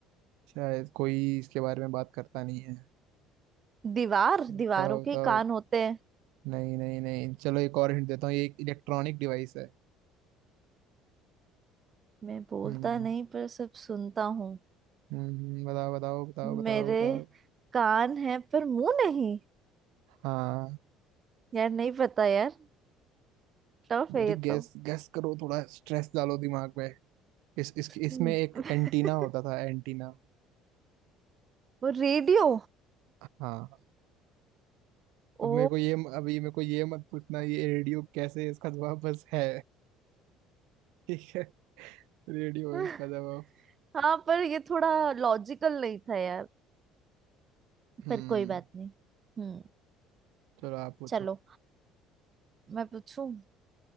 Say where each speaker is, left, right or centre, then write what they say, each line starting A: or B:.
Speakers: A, on the right; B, on the right.
A: शायद कोई इसके बारे में बात करता नहीं है
B: दीवार
A: बताओ
B: दीवारों के
A: बताओ
B: कान होते हैं
A: नहीं नहीं नहीं चलो एक और हिंट देता हूँ ये एक इलेक्ट्रॉनिक डिवाइस है
B: मैं बोलता
A: हम्म
B: नहीं पर सब सुनता हूँ
A: हम्म हम्म, बताओ बताओ बताओ बताओ
B: मेरे
A: बताओ
B: कान है पर मुंह नहीं
A: हाँ
B: यार नहीं पता यार टफ है
A: अरे
B: ये तो
A: गैस गैस करो थोड़ा स्ट्रेस डालो दिमाग में इस इस
B: हम्म,
A: इसमें एक
B: <laughs>
A: एंटीना होता था एंटीना
B: वो रेडियो
A: हाँ
B: ओ
A: अब मेरे को ये अब ये मेरे को ये मत पूछना ये रेडियो कैसे है, इसका जवाब बस है ठीक है रेडियो
B: <laughs>
A: है इसका जवाब
B: हाँ पर ये थोड़ा लॉजिकल नहीं था यार
A: हम्म
B: पर कोई बात नहीं हम्म
A: चलो आप पूछो
B: चलो मैं पूछूं